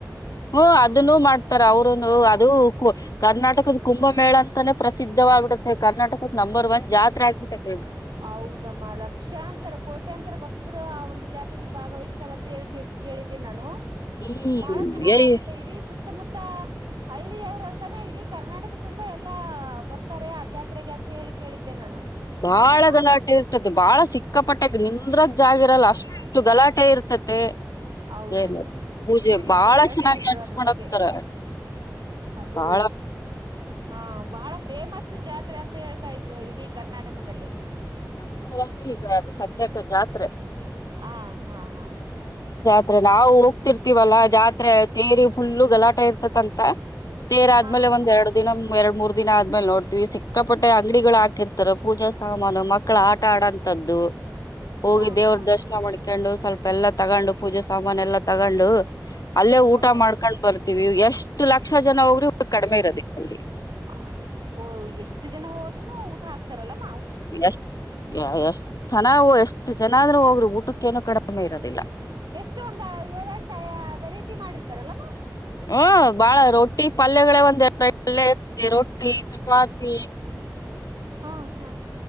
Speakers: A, on the left; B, on the right.
A: ಹ್ಮು ಅದುನ್ನು ಮಾಡ್ತಾರ ಅವ್ರುನು ಅದು. ಕೂ ಕರ್ನಾಟಕದ್ ಕುಂಭಮೇಳ ಅಂತಾನೇ ಪ್ರಸಿದ್ಧವಾಗ್ಬಿಟೈತೆ ಕರ್ನಾಟಕಕ್ ನಂಬರ್ ಒನ್ ಜಾತ್ರೆ ಆಗ್ಬಿಟ್ಟೆತ್.
B: ಹೌದಮ್ಮ ಲಕ್ಷಾಂತರ ಕೋಟ್ಯಾಂತರ ಭಕ್ತತ್ರು ಆ ಒಂದು. ಜಾತ್ರೆಯಲ್ಲಿ ಭಾಗವಹಿಸ್ತಾರಂತ್ ಹೇಳ್ ಕೇಳ್ ಕೇಳಿದ್ದೆನ್ ನಾನು.
A: ಹ್ಮ್
B: ಬಾಳ ಚೆನ್ನಾಗ್
A: ಏಯ್
B: ಆಗುತ್ತೆ ಇಡೀ ಸುತ್ತಮುತ್ತಾ. ಹಳ್ಳಿ ಅವ್ರಲ್ದಾನೆ ಇಡೀ ಕರ್ನಾಟಕೂದ್ ತುಂಬಾ ಎಲ್ಲಾ ಬರ್ತಾರೆ ಆ ಜಾತ್ರೆಗೆ ಅಂತ ಹೇಳಿ ಕೇಳಿದ್ದೆ ನಾನು.
A: ಬಾಳ
B: ಹೌದಮ್ಮ
A: ಗಲಾಟೆ ಇರ್ತತೆ ಬಾಳ ಸಿಕ್ಕಾಪಟ್ಟೆ ನಿಂದ್ರಗ್. ಜಾಗ್ ಇರಲ್ಲ ಅಷ್ಟು ಗಲಾಟೆ ಇರ್ತತೆ.
B: ಹೌದೌದಮ್ಮ
A: ಏನು ಪೂಜೆ
B: ಹೌದು
A: ಬಾಳ
B: ಅದೇ ಹೇಳ್ತಾ
A: ಚೆನ್ನಾಗಿ
B: ಇದ್ರು
A: ನಡ್ಸ್ಕೊಂಡ್
B: ಅದ್ರು ಬಗ್ಗೆ.
A: ಹೋಗ್ತಾರ
B: ಅದೂ.
A: ಬಾಳ
B: ಹಾ ಬಾಳ ಫೇಮಸ್ ಜಾತ್ರೆ ಅಂತ ಹೇಳ್ತಾ ಇದ್ರು ಇಡೀ ಕರ್ನಾಟಕದಲ್ಲಿ.
A: ನಂಬರ್ ಒನ್ ಈಗ ಅದು ಸದ್ಯಕ ಜಾತ್ರೆ.
B: ಹ ಹ ಹ.
A: ತ್ತ್ರೆ ನಾವು ಹೋಗ್ತಿರ್ತಿವಲ್ಲಾ ಜಾತ್ರೆ ತೇರಿ ಫುಲ್ಲು ಗಲಾಟೆ ಇರ್ತತಂತ. ತೇರ್ ಆದ್ಮೇಲೆ
B: ಹಾ
A: ಒಂದ್ ಎರಡ್ ದಿನ. ಎರಡ್ ಮೂರ್ ದಿನ ಆದ್ಮೇಲೆ ನೋಡ್ತಿವಿ ಸಿಕ್ಕಪಟ್ಟೆ ಅಂಗಡಿಗಳು ಹಕಿರ್ತಾರ ಪೂಜಾ ಸಮಾನ್. ನಾವ್ ನಮ್ ಮಕ್ಳು ಆಟ ಆಡಂತದ್ದು ಹೋಗಿ
B: ಹಾ
A: ದೇವ್ರ
B: ಹಾ
A: ದರ್ಶನ
B: ಹಾ
A: ಮಾಡ್ಕೊಂಡು. ಸ್ವಲ್ಪ ಎಲ್ಲಾ ತಗಂಡು ಪೂಜೆ ಸಾಮಾನೆಲ್ಲ ತಗಂಡು ಅಲ್ಲೇ ಊಟ
B: ಹೌದಾ
A: ಮಾಡ್ಕೊಂಡ್ ಬರ್ತ. ಎಷ್ಟು ಲಕ್ಷ ಜನ ಹೋಗ್ರಿ ಕಡಿಮೆ ಇರೋದೆ ಅಲ್ಲಿ.
B: ಆ ಎಷ್ಟು ಜನ ಹೋದ್ರೂನು ಊಟ ಹಾಕ್ತಾರಲಮ.
A: ಎಷ್ಟ ಎಷ್ಟ್ ತನವೋ ಎಷ್ಟ. ಎಷ್ಟು ಜನಾದ್ರು ಹೋಗ್ರಿ ಊಟಕ್ಕೇನು ಕಾಡ್ಮೇ ಇರೋದಿಲ್ಲ.
B: ಎಷ್ಟು ಒಂದ ಏಳ್ ಎಂಟ ವೆರೈಟಿ ಮಾಡಿರ್ತಾರಲ್ಲಮ್ಮ.
A: ಹ ಬಾಳ ರೊಟ್ಟಿ ಪಲ್ಯಗಳೇ ಒಂದ ಇ ರೊಟ್ಟಿ ಚಪಾತಿ.
B: ಹಾ ಹಾ <inaudible>